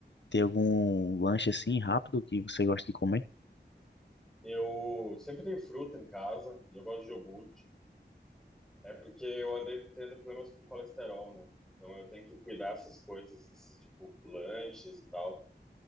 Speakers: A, on the left; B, in the centre.
A: ter algum lanche assim rápido que você gosta de comer?
B: Eu sempre tenho fruta em casa e eu gosto de iogurte. É porque eu andei tendo problemas com colesterol, né? Então eu tenho que cuidar dessas coisas, esses, tipo lanches e tal.